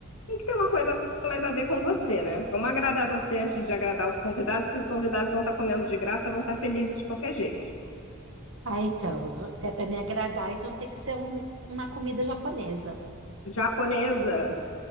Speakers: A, on the left; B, on the right.
A: tem que ter uma coisa mais a ver com você, né? Vamos agradar você antes de agradar os convidados, que os convidados vão estar comendo de graça, vão estar felizes de qualquer jeito.
B: Aí, então, eu vou- se é para me agradar, então tem que ser um- uma comida japonesa.
A: Japonesa,